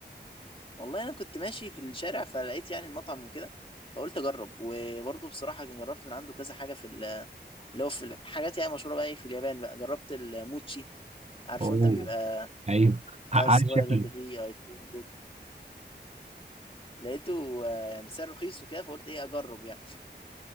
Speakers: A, on the left (about 30°); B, on the right (about 35°).
A: والله انا كنت ماشي في الشارع فلقيت يعني المطعم وكده فقلت اجرب وبرضه بصراحه جربت من عنده كذا حاجه في ال- اللي هو في الحاجات يعني مشهوره بقى إيه في اليابان بقى جربت الموتشي عارفه
B: اوه
A: انت بيبقى
B: ايوه
A: بتاع
B: ع-
A: الصغير
B: عارف شكلي
A: ده اللي فيه ايس كريم ده. لقيته آه، سعر رخيص وكده فقلت ايه اجرب يعني